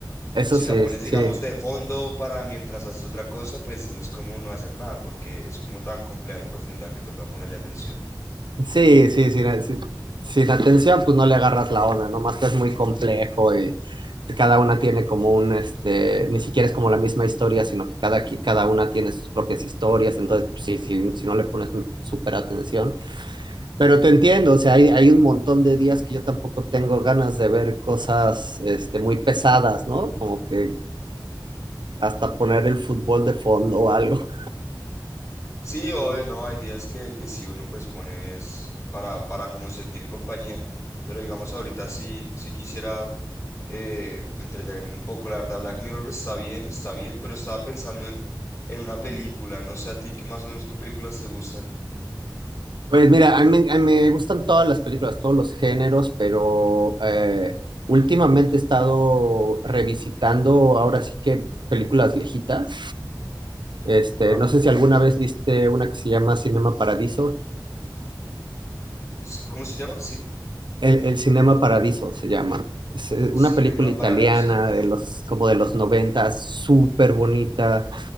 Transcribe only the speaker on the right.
Eso
sí,
sí.
Sí, sí, sin, sin- sin atención, pues no le agarras la onda, ¿no? Más que es muy complejo y cada una tiene como un, este, ni siquiera es como la misma historia, sino que cada, qui- cada una tiene sus propias historias, entonces, pues, sí, sí, si no le pones súper atención. Pero te entiendo, o sea, hay, hay un montón de días que yo tampoco tengo ganas de ver cosas, este, muy pesadas, ¿no? Como que hasta poner el fútbol de fondo o algo.
Pues mira, a mí, me a mí me gustan todas las películas, todos los géneros, pero eh, últimamente he estado revisitando ahora sí que películas viejitas. Este,
no sé si alguna vez viste una que se llama Cinema Paradiso.
El, el Cinema Paradiso se llama. Es eh,
una película italiana
de los, como de los noventas, súper bonita.